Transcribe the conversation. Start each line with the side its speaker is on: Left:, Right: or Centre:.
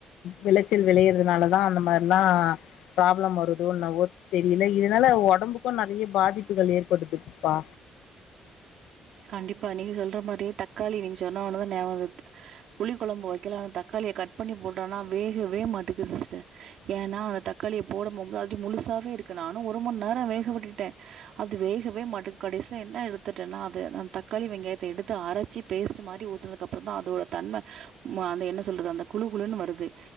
Left: விளைச்சல் விளையறதுனாலதா அந்த மாரிலா ப்ராப்ளம் வருதோன்னவோ தெரியல இதனால ஒடம்புக்கு நெறைய பாதிப்புகள் ஏற்படுது பா
Right: கண்டிப்பா நீங்க சொல்ற மாரியே தக்காளி நீங்க சொன்ன உன தா நியாபக வருத் புளி கொழம்பு வைக்கலனா தக்காளி கட் பண்ணி போட்டனா வேகவே மாட்டக்கு சிஸ்டர் ஏன்னா அந்த தக்காளிய போட போம்ப அடி முழுசா இருக்கு நானும் ஒரு மணி நேர வேக விட்டுட்டே அது வேகவே மாட்டுக்கு கடைசில என்ன எடுத்துட்டன்ன அது தக்காளி வெங்காயத்த எடுத்து அரைச்சி பேஸ்ட் மாரி ஊத்துனதுக்கு அப்ற தான் அதோட தன்ம அந்த என்ன சொல்றது அந்த குழு குழுனு வருது